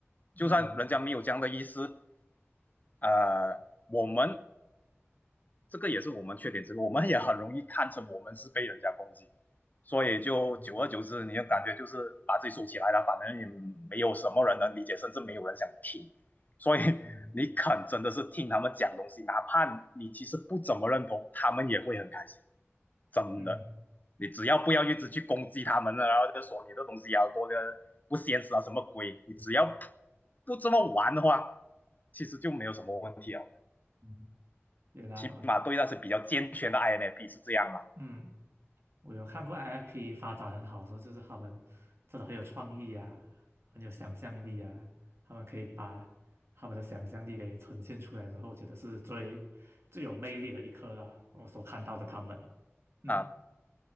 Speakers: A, on the right; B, on the left.
A: 嗯
B: 就算人家没有这样的意思，呃，我们这个也是我们缺点之一，我们也很容易看成我们是被人家攻击，所以就久而久之，
A: 嗯
B: 你就感觉就是把自己收起来了，反正也没有什么人能理解，甚至没有人想听，所以
A: 嗯
B: 你肯真的是听他们讲东西，哪怕你其实不怎么认同，他们也会很开心。真的，
A: 嗯
B: 你只要不要一直去攻击他们了，然后就说你的东西要多的不现实啊什么鬼，你只要
A: 嗯
B: 不这么玩的话，其实就没有什么问题了。
A: 嗯，有啦，
B: 起码对那些比较健全的
A: 我
B: INFP 是这样了
A: 嗯，我有看过 i f p 发展很好的时候，就是他们真的很有创意啊，很有想象力啊，他们可以把他们的想象力给呈现出来之后，我觉得是最最有魅力的一刻啦，我所看到的他们，嗯
B: 啊。